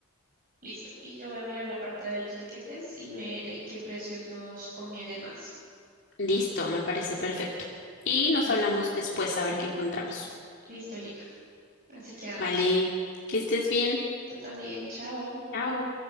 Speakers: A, on the right; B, on the left.
A: Listo, y yo voy a mirar la parte de los tiquetes y ver eh, qué precios nos convienen más.
B: Listo, me parece perfecto. Y nos
A: Listo.
B: hablamos después a ver qué encontramos.
A: Listo, Lina. Así que vamos.
B: Vale, que estés bien.
A: Tú también, chao.
B: Chao.